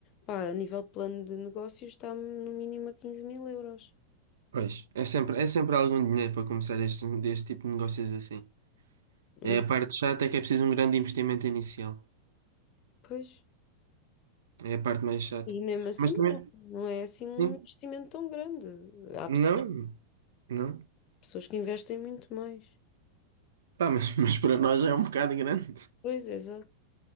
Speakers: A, on the left; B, on the right.
A: pá, a nível de plano de negócios está-me no mínimo a quinze mil euros.
B: pois. É sempre, é sempre algum dinheiro para começar este, deste tipo de negócios assim.
A: Mas,
B: É a parte chata, é que é preciso um grande investimento inicial.
A: Pois.
B: É a parte mais chata.
A: E mesmo assim
B: Mas também,
A: não é, não é assim um
B: sim,
A: investimento tão grande. Há
B: não,
A: pessoas
B: não.
A: pessoas que investem muito mais.
B: Pá, mas, <laughs> mas para nós é um bocado grande.
A: Pois, exato.